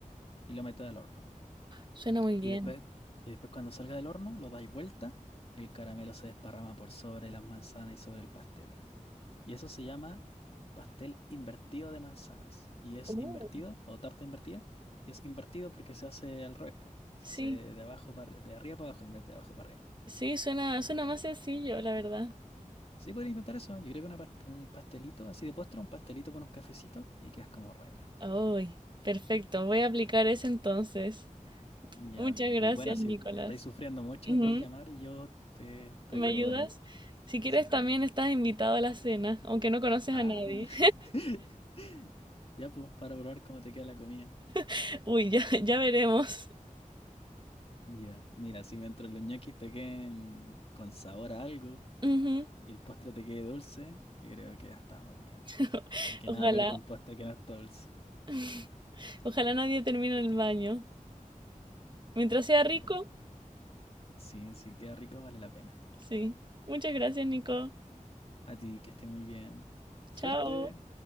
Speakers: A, on the left (about 45°); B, on the right (about 35°).
A: y lo metes al horno.
B: Suena muy bien.
A: Y después, y después cuando salga del horno lo dais vuelta y el caramelo se desparrama por sobre las manzanas y sobre el pastel. Y eso se llama pastel invertido de manzanas. Y es
B: Uh.
A: invertido, o tarta invertida, y es invertido porque se hace al revés, po. Se
B: Sí,
A: hace de abajo para, arri- de arriba para abajo en vez de abajo para arriba.
B: sí, suena, suena más sencillo, la verdad.
A: Sí, podría intentar eso. Yo creo que una past- un pastelito así de postre, un pastelito con un cafecito y quedas como reina.
B: Ay, perfecto. Voy a aplicar ese entonces.
A: Ya.
B: Muchas gracias,
A: Y bueno, si
B: Nicolás.
A: estáis sufriendo mucho,
B: Ujú,
A: me podéis llamar y yo te, te
B: ¿Me
A: ayudo
B: ayudas?
A: ahí.
B: Si quieres,
A: Sí.
B: también estás invitado a la cena, aunque no conoces
A: Ah,
B: a nadie.
A: <laughs> ya pues, para probar cómo te queda la comida.
B: <laughs> Uy, ya, ya veremos.
A: Ya. Mira, si mientras los ñoquis te queden con sabor a algo,
B: Ujú,
A: y el postre te quede dulce, yo creo que ya estamos bien.
B: <laughs>
A: Porque
B: Ojalá.
A: nada peor que un postre que no está dulce.
B: <laughs> Ojalá nadie termine en el baño. Mientras sea rico,
A: Bueno, sí, sí, queda rico, vale la pena.
B: sí. Muchas gracias, Nico.
A: A ti, que esté muy bien. Suerte.
B: Chao.